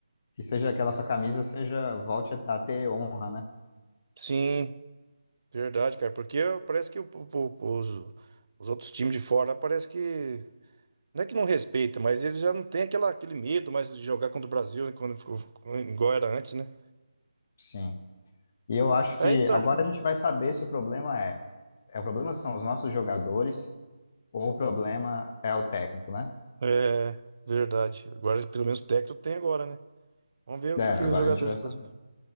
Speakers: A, on the left; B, on the right.
A: Que seja que a nossa camisa seja volte a a ter honra, né?
B: Sim, verdade, cara. Porque parece que o- o- os, os outros times de fora parece que... Não é que não respeita, mas eles já não têm aquela, aquele medo mais de jogar contra o Brasil, né, quando ficou, igual era antes, né?
A: Sim. E eu acho que
B: É, então.
A: agora a gente vai saber se o problema é, é o problema são os nossos jogadores ou o problema é o técnico, né?
B: É, verdade. Agora, pelo menos o técnico tem agora, né? Vamos ver o
A: É,
B: que,
A: agora
B: que os jogadores
A: a gente vai
B: do
A: saber.
B: Brasil.